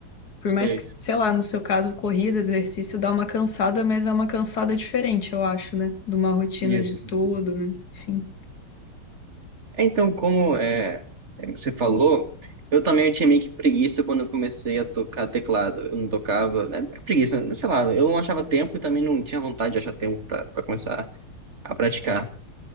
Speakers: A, on the left (about 50°); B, on the right (about 35°).
A: Por
B: Sei,
A: mais que, sei lá, no seu caso, corrida, exercício, dá uma cansada, mas é uma cansada diferente, eu acho, né? De uma rotina
B: isso.
A: de estudo, né? Enfim.
B: É, Então, como é, é, você falou, eu também tinha meio que preguiça quando eu comecei a tocar teclado. Eu não tocava, né? Preguiça, sei lá, eu não achava tempo e também não tinha vontade de achar tempo pra pra começar a praticar.